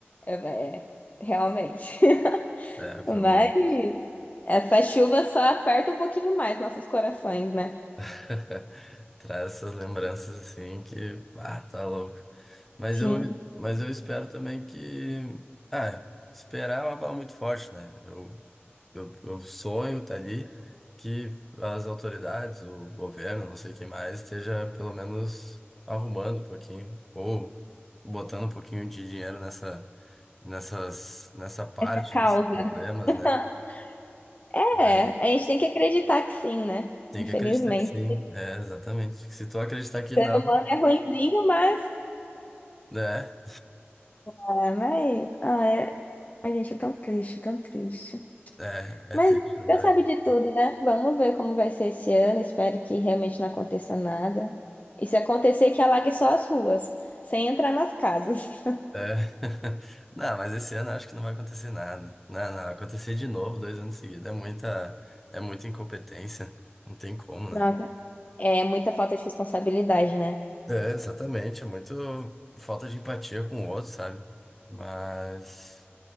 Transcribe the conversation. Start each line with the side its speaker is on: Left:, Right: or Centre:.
Left: Eu falei, É, realmente. <laughs>
Centre: é, foi
Left: Mas
Centre: um momento.
Left: essa chuva só aperta um pouquinho mais nossos corações, né?
Centre: <laughs> Traz essas lembranças assim que, ah, tá louco. Mas
Left: Sim,
Centre: eu, mas eu espero também que, ah, esperar é uma palavra muito forte, né? Eu, eu, eu sonho tá ali que as autoridades, o governo, não sei quem mais, esteja pelo menos arrumando um pouquinho ou botando um pouquinho de dinheiro nessa, nessas, nessa parte
Left: é causa.
Centre: desses problemas,
Left: <laughs>
Centre: né?
Left: É,
Centre: É,
Left: a gente tem que acreditar que sim, né?
Centre: Tem
Left: Infelizmente.
Centre: que acreditar que sim, é, exatamente. Se tu acreditar que
Left: ser
Centre: não,
Left: humano é ruinzinho, mas.
Centre: É,
Left: Ah, mas. Ah, é... A gente é tão triste, tão triste.
Centre: é,
Left: Mas
Centre: é triste lembrar
Left: Deus sabe
Centre: disso.
Left: de tudo, né? Vamos ver como vai ser esse ano. Espero que realmente não aconteça nada. E se acontecer, que alague só as ruas, sem entrar nas casas.
Centre: É. <laughs> Não, mas esse ano eu acho que não vai acontecer nada. Não, não, acontecer de novo dois anos seguidos é muita, é muita incompetência. Não tem como,
Left: <laughs>
Centre: né?
Left: Nossa, é muita falta de responsabilidade, né?
Centre: É, exatamente. É muito falta de empatia com o outro, sabe? Mas,